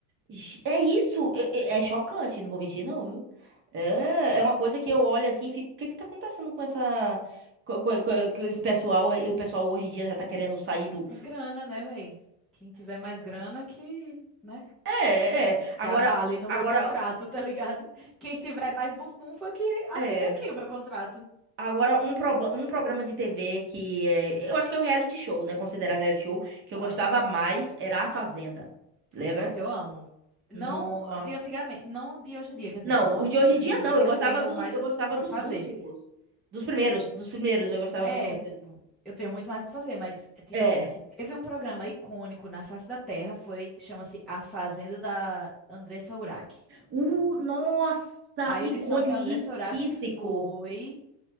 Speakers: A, on the right; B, in the centre.
A: ge- é isso, é, é- é chocante, não vou mentir não, viu? É, é uma coisa que eu olho assim, e fico, o que que tá acontecendo com essa co- co- co- com esse pessoal, o pessoal hoje em dia já tá querendo sair do
B: É grana, né, véi? Quem tiver mais grana que, né?
A: É, é, é, agora
B: Que abale no
A: agora
B: meu contrato, tá ligado? Quem tiver mais bufunfa que assina
A: é.
B: aqui o meu contrato.
A: Agora, um, proba- um programa de TV que é, eu acho que é um reality show, né? Considerar reality show, que
B: Ah,
A: eu gostava mais era A Fazenda. Lembra?
B: nossa, eu amo. Não
A: Nossa.
B: de antigamente, não de hoje em dia, quer dizer,
A: Não,
B: eu não assisto
A: os de hoje em
B: hoje
A: dia
B: em dia
A: não.
B: porque
A: Eu gostava
B: eu tenho
A: do,
B: mais
A: eu gostava
B: o que
A: dos
B: fazer.
A: últimos. Dos primeiros, dos primeiros, eu gostava
B: É,
A: dos primeiros.
B: tipo, eu tenho muito mais o que fazer, mas é tipo
A: É.
B: assim, se teve um programa icônico na face da Terra, foi, chama-se A Fazenda da Andressa Urach.
A: Uh, nossa,
B: A
A: iconiquíssico,
B: edição que a Andressa Urach foi.